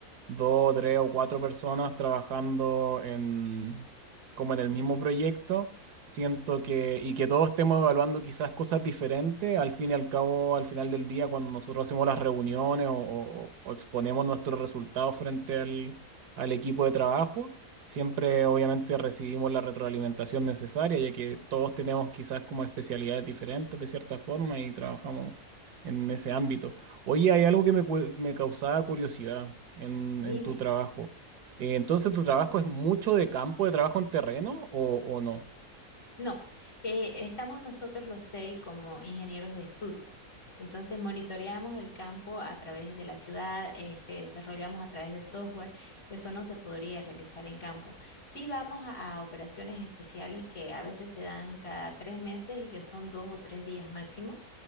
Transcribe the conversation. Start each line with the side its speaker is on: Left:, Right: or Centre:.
Right: dos, tres o cuatro personas trabajando en como en el mismo proyecto, siento que y que todos estemos evaluando quizás cosas diferentes, al fin y al cabo, al final del día, cuando nosotros hacemos las reuniones o, o o exponemos nuestros resultados frente al al equipo de trabajo Siempre, obviamente, recibimos la retroalimentación necesaria, ya que todos tenemos quizás como especialidades diferentes de cierta forma y trabajamos en ese ámbito. Oye, hay algo que me, cu- me causaba curiosidad en,
Left: Dime.
Right: en tu trabajo. Eh, entonces, ¿tu trabajo es mucho de campo, de trabajo en terreno o, o no?
Left: No, eh, estamos nosotros los seis como ingenieros de estudio. Entonces monitoreamos el campo a través de la ciudad, este, desarrollamos a través de software. Eso no se podría realizar en campo. Sí vamos a, a operaciones especiales que a veces se dan cada tres meses y que son dos o tres días máximo